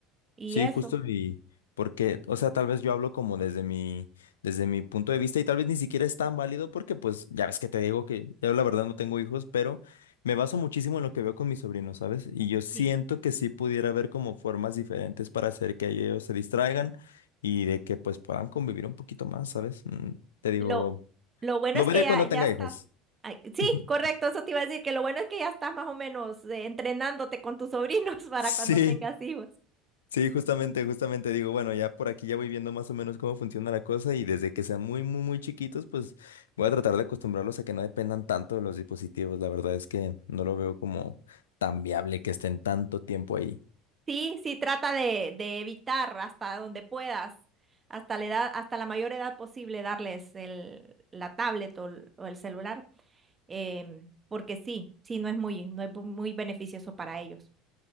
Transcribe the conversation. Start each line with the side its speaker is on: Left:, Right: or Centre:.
Right: y
Left: sí,
Right: Sí. eso,
Left: justo y porque, o sea, tal vez yo hablo como desde mi, desde mi punto de vista y tal vez ni siquiera es tan válido porque pues ya ves que te digo que yo la verdad no tengo hijos, pero me baso muchísimo en lo que veo con mis sobrinos, ¿sabes? Y yo siento
Right: sí.
Left: que sí pudiera haber como formas diferentes para hacer que ellos se distraigan y de que pues puedan convivir un poquito más, ¿sabes? Mm, Te digo,
Right: Lo, lo bueno
Left: lo
Right: es
Left: veré
Right: que ya,
Left: cuando tenga
Right: ya estás.
Left: hijos.
Right: ay, sí,
Left: <laughs>
Right: correcto, eso te iba a decir, que lo bueno es que ya estás más o menos eh, entrenándote con tus sobrinos <laughs> para
Left: Sí.
Right: cuando tengas hijos.
Left: Sí, justamente, justamente digo, bueno, ya por aquí ya voy viendo más o menos cómo funciona la cosa y desde que sean muy, muy, muy chiquitos, pues voy a tratar de acostumbrarlos a que no dependan tanto de los dispositivos. La verdad es que no lo veo como tan viable que estén tanto tiempo ahí.
Right: Sí, sí, trata de, de evitar hasta donde puedas. Hasta la edad, hasta la mayor edad posible darles el, la tablet o el o el celular. em, porque sí, sí, no es muy, no es bu- muy beneficioso para ellos.